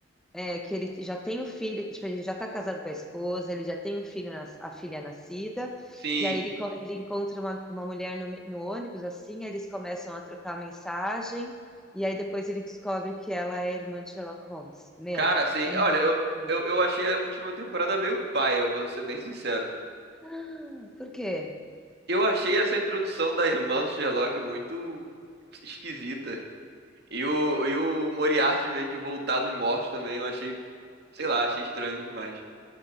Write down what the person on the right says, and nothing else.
Sim.
Cara, sim.
Olha, eu,
eu, eu achei a última temporada meio paia, eu vou ser bem sincero.
Eu achei essa introdução da irmã do Sherlock muito esquisita. E o, e o Moriarty meio que voltar dos mortos também, eu achei, sei lá, achei estranho demais.